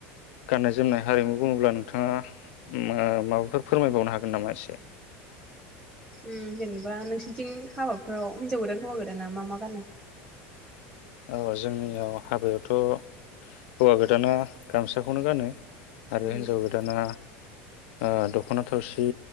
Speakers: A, on the left; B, on the right.
A: गाननाय जोमनाय हारिमु बुङोब्ला नोंथाङा माबाफोर फोरमायबावनो हागोन नामा एसे
B: उम जेनेबा नोंसोरनिथिं हाबाफोराव हिनजाव गोदान हौवा गोदाना मा मा गानो
A: औ जोंनियाव हाबायावथ हौवा गोदाना गामसाखौनो गानो आरो
B: उम
A: हिन्जाव गोदाना। ओ दख'ना थावसि